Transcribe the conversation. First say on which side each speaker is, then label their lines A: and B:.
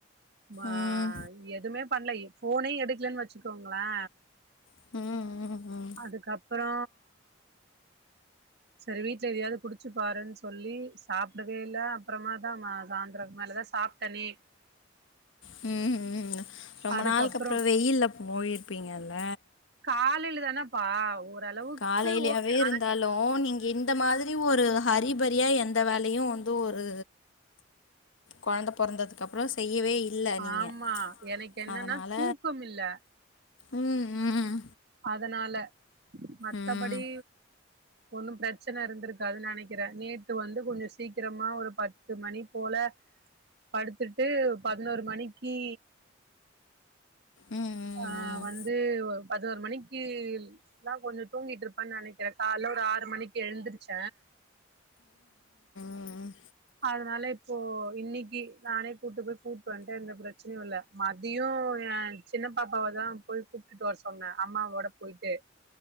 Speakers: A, on the right; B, on the left.
A: மா
B: ம்
A: எதுவுமே பண்ணல எ போனையு எடுக்கலன்னு வச்சுக்கோங்களே
B: ம் ம் ம்
A: அதுக்கப்பறோ சரி வீட்ல எதையாவது குடிச்சு பாருன்னு சொல்லி சாப்டவே இல்ல அப்பறமா தா சாயந்திர மேலதா சாப் தண்ணீர்
B: ம் ம் ரொம்ப
A: அதுக்கப்புறோ
B: நாளுக்குப்பறோ வெயில்ல போயிருப்பீங்கல்ல
A: காலையில தானாப்பா ஓரளவுக்கு
B: காலையிலயாவே
A: ஓகே ஆன
B: இருந்தாலு நீங்க இந்த மாரி ஒரு ஹரிபரியா எந்த வேலையு வந்து ஒரு கொழந்த பொறந்ததுக்கப்றோ செய்யவே இல்ல நீங்க
A: ஆமா எனக்கு என்னன்னா
B: அதனால
A: தூக்கம்மில்ல
B: ம் ம்
A: அதனால மத்தபடி
B: ம் ம்
A: ஒன்னு பிரச்சன இருந்திருக்காதுன்னு நெனைக்கிற நேத்து வந்து கொஞ்ச ஸ் சீக்கிரமா ஒரு பத்து மணி போல படுத்துட்டு பதினோரு மணிக்கு
B: ம் ம் ம்
A: ஆ வந்து ஒரு பதினோரு மணிக்கில் எல்லா கொஞ்ச தூங்கிட்ருப்பனு நெனைக்கிற கால்ல ஒரு ஆறு மணிக்கு எழுந்திருச்ச
B: ம் ம்
A: அதனால இப்போ இன்னைக்கு நானே கூப்ட்டு போய் கூட்டுவன்ட்ட எந்த பிரச்சனையு இல்ல மதியயோ எ சின்ன பாப்பாவ தா போய் கூப்ட்டுட்டு வர சொன்னே அம்மாவோட போயிட்டு